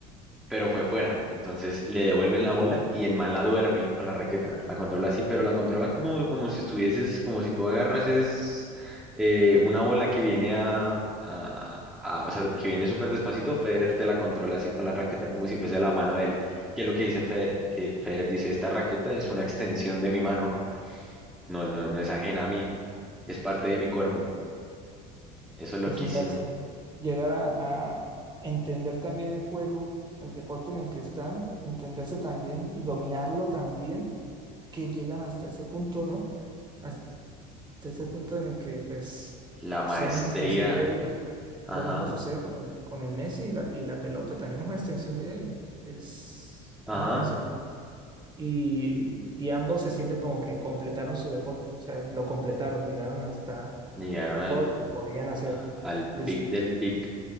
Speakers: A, in the centre; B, on the right.
A: pero fue fuera. Entonces le devuelven la bola y el man la duerme con la raqueta, la controla así, pero la controla como, como si estuvieses, como si tú agarras es, eh, una bola que viene a, a- a- o sea, que viene súper despacito, Federer te la controla así con la raqueta como si fuese la mano de él. que es lo que dice Federer? Que Federer dice, esta raqueta es una extensión de mi mano, no, no, no es ajena a mí, es parte de mi cuerpo. Eso es loquísimo.
B: es inverso. Llegar a, a entender también el juego, el deporte en el que están, entenderse también y dominarlo también, que llegan hasta ese punto, ¿no? Hasta ese punto en el que, pues,
A: La maestría,
B: son una extensión de ellos.
A: ajá,
B: Lo mismo sucede con el, con el Messi y la, y la pelota, también es una extensión de él. Es
A: ajá,
B: una extensión de Y, y ambos se sienten como que completaron su deporte, o sea, lo completaron, llegaron hasta
A: llegaron
B: todo
A: al
B: lo que podían hacer.
A: a- al
B: Luis.
A: pic del pic,